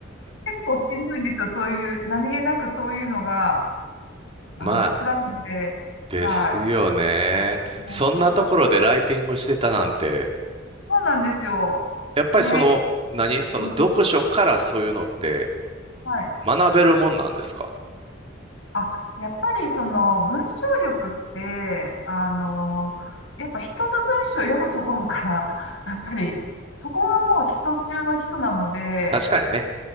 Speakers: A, on the left; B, on the right.
A: 結構しんどいんですよ。そういう、何気なくそういうのが、あの、
B: まあ、
A: 辛いので、
B: ですよね。
A: はい。もうやっぱか
B: そんなところでライティングしてたなんて、
A: そうなんですよ。
B: やっぱりその、
A: ね、
B: 何その読書からそういうのって
A: うん、はい。
B: 学べるもんなんですか
A: あ、やっぱりその文章力って、あの、やっぱ人の文章を読むところから、<laughs> やっぱりそこがもう基礎中の基礎なので、
B: 確かにね。